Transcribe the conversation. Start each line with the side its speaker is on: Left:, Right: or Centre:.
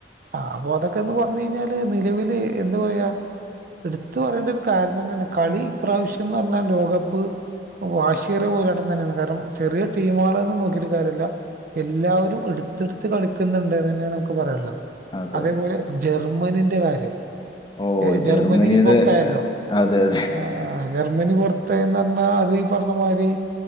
Right: ആ അപ്പൊ അതൊക്കെന്ന് പറഞ്ഞ് കഴിഞ്ഞാല് നിലവില് എന്താ പറയാ എടുത്തു പറയേണ്ട ഒരു കാര്യം തന്നെയാണ് കളി ഇപ്രാവശ്യംന്ന് പറഞ്ഞാൽ ലോകകപ്പ് വാഷേറിയ പോരാട്ടം തന്നെയാണ് കാരണം ചെറിയ ടീം ആളെന്ന് നോക്കിട്ട് കാര്യല്ല എല്ലാവരും എടുത്തെടുത്ത് കളിക്കുന്നുണ്ട് അതന്നെയാണ് ക്ക് പറയാനുള്ളത്
Left: അതെ
Right: അതേപോലെ
Left: അതെ
Right: ജർമ്മനിന്റെ കാര്യം
Left: ഓ
Right: ഏ ജർമ്മനി
Left: ജർമ്മനിയുടെ
Right: പുറത്തായല്ലോ
Left: അതെ അതെ
Right: ഏഹ് ജർമ്മനി പുറ തെന്ന് പറഞാ അത് ഈ പറഞ്ഞ മാതിരി